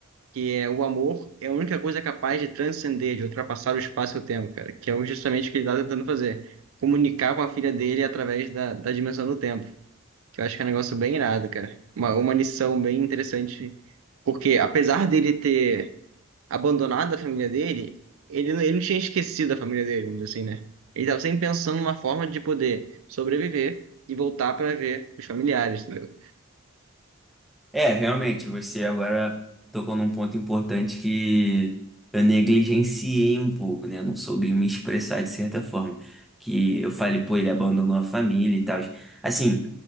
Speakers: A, on the right; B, in the centre.
A: que é o amor é a única coisa capaz de transcender, de ultrapassar o espaço e o tempo, cara. Que é justamente o que ele tá tentando fazer. Comunicar com a filha dele através da, da dimensão do tempo. Que eu acho que é um negócio bem irado, cara. Uma, uma lição bem interessante. Porque apesar dele ter abandonado a família dele, ele, não- ele não tinha esquecido a família dele, vamos dizer assim, né? Ele estava sempre pensando numa forma de poder sobreviver e voltar para ver os familiares, entendeu?
B: é, realmente, você agora tocou num ponto importante que eu negligenciei um pouco, né? Não soube me expressar de certa forma. Que eu falei, pô, ele abandonou a família e tal. Assim,